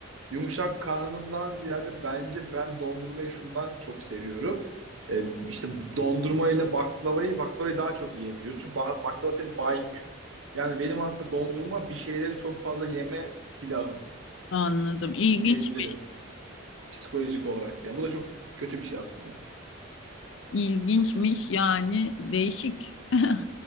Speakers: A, on the right; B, on the left.
A: yumuşak karnımdan ziyade bence ben dondurmayı şundan çok seviyorum. Ee, işte dondurma ile baklavayı baklavayı daha çok yiyebiliyorsun. Çünkü ba- baklava seni baymıyor. Yani benim aslında dondurma bir şeyleri çok fazla yeme silahım
B: Anladım. İlginç.
A: diyebilirim. Psikolojik olarak yani. Bu da çok kötü bir şey aslında.
B: İlginçmiş yani değişik. <laughs>